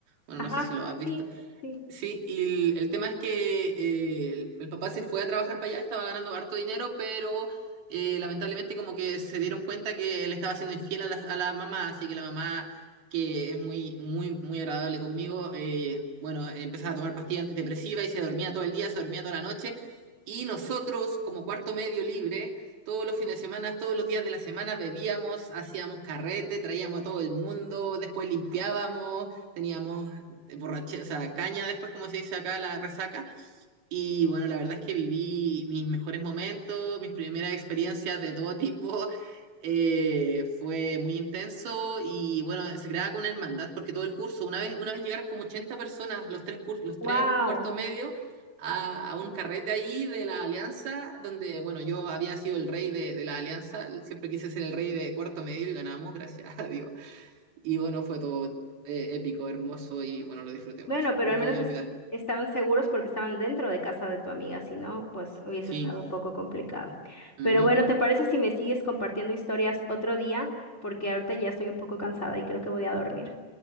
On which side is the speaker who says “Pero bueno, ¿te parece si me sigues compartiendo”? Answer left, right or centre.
Left